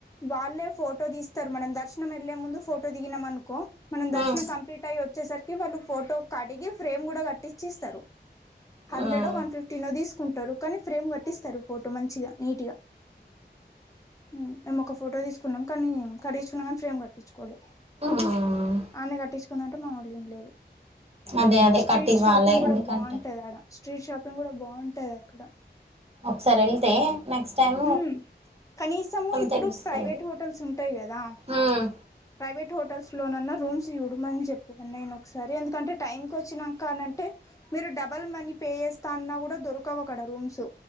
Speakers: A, on the left (about 20°); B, on the right (about 35°).
A: వాళ్లేే ఫోటో తీస్తరు మనం దర్శనం ఎళ్లే ముందు ఫోటో దిగినం అనుకో, మనం
B: మ్మ్
A: దర్శనం కంప్లీట్ అచ్ చేసరికి వాళ్ళు ఫోటో కడిగి ఫ్రేమ్ గుడ కట్టించి ఇస్తరు. హండ్రెడో
B: మ్మ్
A: వన్ ఫిఫ్టీనో తీసుకుంటరు కనీ ఫ్రేమ్ కట్టిస్తరు. ఫోటో మంచిగా, నీట్గా. ఉమ్ మేము ఒక ఫోటో తీసుకున్నం కానీ కడించుకున్నం కనీ ఫ్రేమ్ కట్టించుకోవాలె,
B: మ్మ్
A: ఆన్నే కట్టించ్ కుందమంటె మా వాళ్ళు ఇనుడు లేదు,
B: అదే అదే
A: స్ట్రీట్
B: కట్టివ్వాలి
A: షాపింగ్ గుడ
B: ఎందుకంటే
A: బాగుంటది ఆడ. స్ట్రీట్ షాపింగ్ గుడ బాగుంటది అక్కడ.
B: ఒకసారి ఎళ్తే నెక్ట్ టైమ్
A: ఉమ్ కనీసము ఇప్పుడు
B: తెలుస్తది
A: ప్రైవేట్ హోటల్స్ ఉంటయి కదా
B: ఉమ్
A: ప్రైవేట్ హోటల్స్ లోనన్నా రూమ్స్ యూడుమని చెప్పు అన్నయ్యనీ ఒకసారి ఎందుకంటే టైంకి వచ్చినంక అనంటే మీరు డబల్ మనీ పే చేస్తా అన్నా గుడ దొరకవు అక్కడ రూమ్స్